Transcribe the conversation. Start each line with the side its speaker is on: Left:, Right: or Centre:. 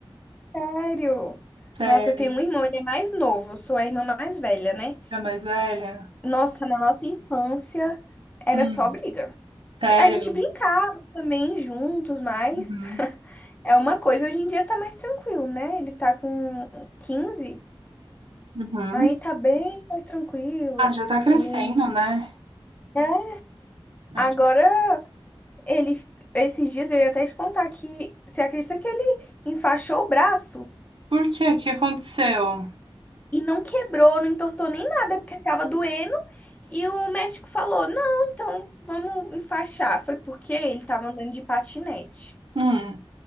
Left: Sério?
Right: Sério,
Left: Nossa, eu tenho um irmão, ele é mais novo. Eu sou a irmã mais velha, né?
Right: é mais velha?
Left: Nossa, na nossa infância era
Right: Hum.
Left: só briga.
Right: Sério?
Left: A gente brincava também juntos, mas
Right: Uhum.
Left: <laughs> é uma coisa. Hoje em dia tá mais tranquilo, né? Ele tá com 15.
Right: Uhum.
Left: Aí tá bem mais tranquilo.
Right: Ah, já tá crescendo,
Left: Ele.
Right: né?
Left: É.
Right: Mas
Left: Agora, ele. Esses dias eu ia até te contar que. Você acredita que ele enfaixou o braço
Right: Por quê? O que aconteceu?
Left: e não quebrou, não entortou nem nada, porque tava doendo. E o médico falou: não, então vamos enfaixar. Foi porque ele tava andando de patinete.
Right: Hum.